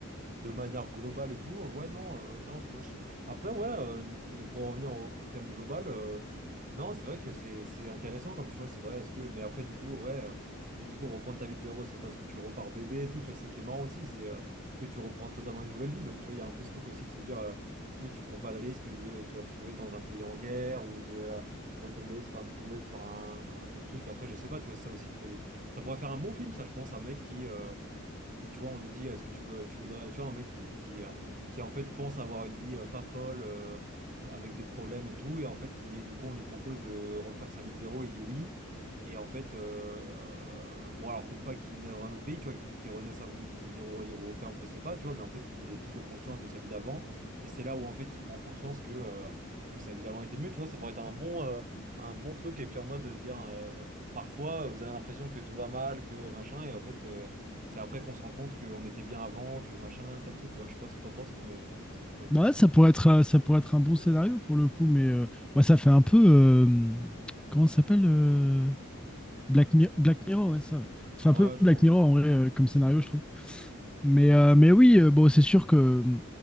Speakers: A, on the right; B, in the centre.
A: de manière globale et tout, euh, ouais, non, euh, non, je, tu vois, je- Après, ouais, euh, mais pour revenir au, au thème global, euh, non, c'est vrai que c'est c'est intéressant comme choix, c'est vrai, est-ce que... Mais après, du coup, ouais, euh, mais du coup, reprendre ta vie de zéro, c'est quoi? Est-ce que tu repars bébé et tout, tu vois, c'est ça qui est marrant aussi, c'est euh, est-ce que tu reprends totalement une nouvelle vie? Donc, tu vois, il y a un peu ce truc aussi de se dire, euh, est-ce que tu prends pas le risque de te retrouver dans un pays en guerre ou de euh, retomber, enfin, de tomber sur un, un tel truc? Après, je sais pas, tu vois, c'est ça aussi qu'il faut défi- Ça pourrait faire un bon film, ça, je pense, un mec qui... euh, qui tu vois on lui dit est-ce que tu veux tu voudrais tu vois un mec qui qui, euh, qui en fait pense avoir une vie euh, pas folle euh, avec des problèmes et tout et en fait qui du coup on lui propose de refaire sa vie de zéro il dit oui et en fait euh, bon alors peut-être pas qu'il est dans un autre pays tu vois peut-être qu'il renaît sa- il, il re- il refait un peu ses pas tu vois mais en fait il est toujours conscient de sa vie d'avant et c'est là où en fait il prend conscience que euh, que sa vie d'avant était mieux tu vois ça pourrait être un bon euh, un bon truc et puis en mode de dire euh, Parfois, vous avez l'impression que tout va mal, que machin, et en fait, euh, c'est après qu'on se rend compte qu'on était bien avant, que machin, tel truc, tu vois. Je sais pas ce que t'en penses, mais euh, c'est vrai que c'est pas marrant,
B: Ouais,
A: quoi.
B: ça pourrait être, euh, ça pourrait être un bon scénario pour le coup, mais euh, bah, ça fait un peu. euh, comment ça s'appelle euh, Black, Mi- Black Mirror, ouais, ça. Ça fait
A: Ouais,
B: un peu
A: je
B: Black
A: crois.
B: Mirror en vrai euh, comme scénario, je trouve. Mais, euh, mais oui, euh, bon, c'est sûr que euh,